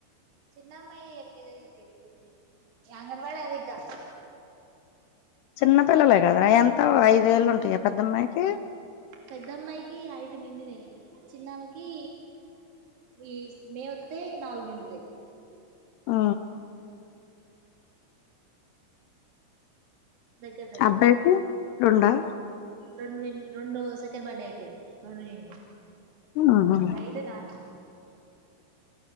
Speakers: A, on the right; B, on the left.
A: చిన్నమ్మాయి ఎల్ కజీ యూకేజ యకేజ అంగ వాడి అదికా
B: చిన్నపిిల్లలే కదా అవి ఎంత ఐదేళ్లు ఉంటాయి పెద్దమ్మాయికి
A: పెద్దమ్మాయికి ఐదు నిండినయ చిన్నామకి ఈ మే వతే నాలుగు నిండుతాయి
B: ఆ
A: దగ్గర దగ్గర
B: అబ్బాయికి
A: ఇగ
B: రెండా
A: రెండు రెండు సెకండ్ బర్త్డే అయిపోయింది రెండు నిన్
B: ఆహా
A: ఐదు నా